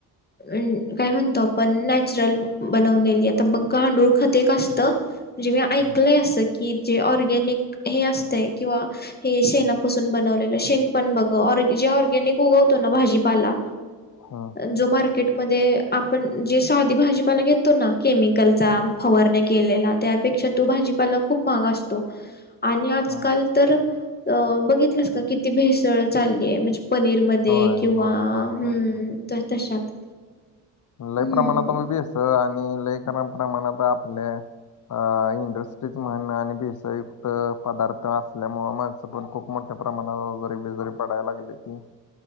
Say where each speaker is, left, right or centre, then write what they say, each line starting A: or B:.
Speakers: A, on the left (about 20°); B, on the left (about 45°).
A: न काय म्हणतो, आपण? नॅचरल बनवलेली. आता बघ, गांडूळ खत एक असतं. म्हणजे मी ऐकलंय
B: हम्म
A: असं. की, जे ऑर्गॅनिक हे असतय किंवा हे शेणापासून बनवलेलं. शेण पण बघ. ऑर् जे ऑर्गॅनिक उगवतो ना. भाजी पाला.
B: हम्म
A: जो मार् केटमध्ये. आपण जे साधी भाजीपाला घेतो ना. केमिकलचा, फवारण्या केलेला. त्यापेक्षा तो भाजीपाला खूप महाग असतो. आणि आजकाल
B: हम्म.
A: तर, अ बघितलंस का? किती भेसळ चाललीय. म्हणजे पनीरमध्ये
B: होय
A: वा,
B: होय होय
A: हम्म.
B: होय होय
A: तर तशात.
B: लय
A: हम्म
B: प्रमाणातमही भेसळ आणि लय प्रमाणात आपल्या अ इंडस्ट्रीज म्हण आणि भेसळयुक्त पदार्थ असल्यामुळ. माण पण खूप मोठ्या प्रमाणात, आजारी - बीजारी पडायला लागल्याती.